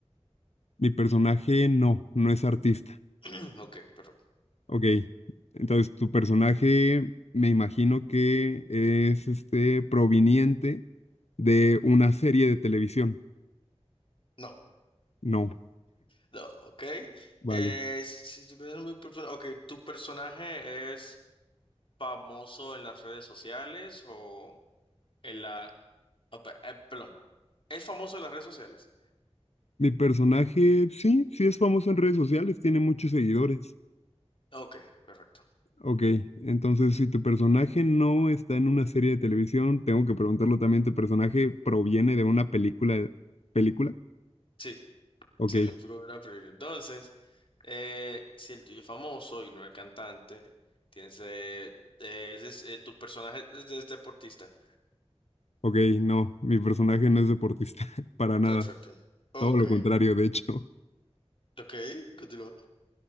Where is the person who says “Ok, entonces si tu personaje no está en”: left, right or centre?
Left